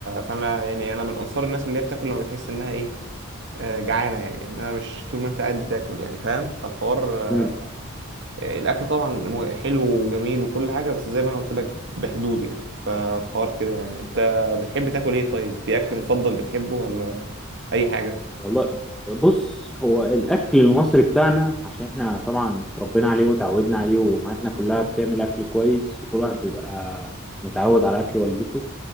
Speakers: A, on the right; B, in the centre.
A: فانا يعني انا من انصار الناس اللي هي بتاكل لما تحس انها ايه آه، جعانه يعني انها مش طول ما انت قاعد بتاكل يعني فاهم فالحوار آه،
B: امم
A: الاكل طبعا مو- حلو وجميل وكل حاجه بس زي ما انا قلت لك بحدود يعني فالحوار كده يعني انت بتحب تاكل ايه طيب في اكل مفضل بتحبه ولا اي حاجه
B: والله بص هو الاكل المصري بتاعنا عشان احنا طبعا اتربينا عليه وتعودنا عليه وامهاتنا كلها بتعمل اكل كويس وكل واحد بيبقى متعود على اكل والدته